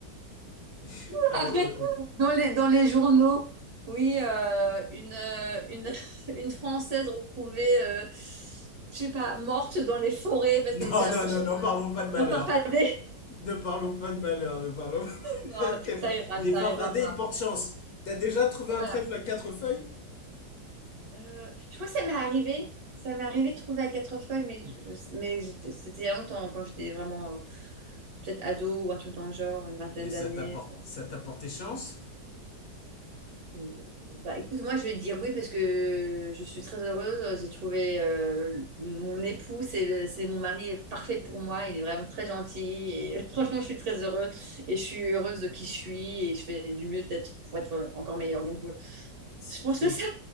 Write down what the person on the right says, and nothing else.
<laughs>
Après,
dans les, dans les journaux, oui, euh, une, euh, une, <laughs> une Française retrouvée, euh, je sais pas, morte dans les forêts parce
qu'elle était à
la recherche
de farfadet. <laughs>
Non,
ça arrivera,
ça
arrivera pas.
Voilà.
Euh, je crois que ça m'est arrivé. Ça m'est arrivé de trouver à quatre feuilles, mais, je- mais je- c'était il y a longtemps, quand j'étais vraiment euh, peut-être ado ou un truc dans le genre, une vingtaine
d'années.
Euh, Bah, écoute, moi je vais te dire oui parce que je suis très heureuse. J'ai trouvé euh, mon époux, c'est le- c'est mon mari est parfait pour moi. Il est vraiment très gentil et <laughs> franchement, je suis très heureuse et je suis heureuse de qui je suis et je fais du mieux d'être pour être encore meilleure. Donc, euh,
je pense que ça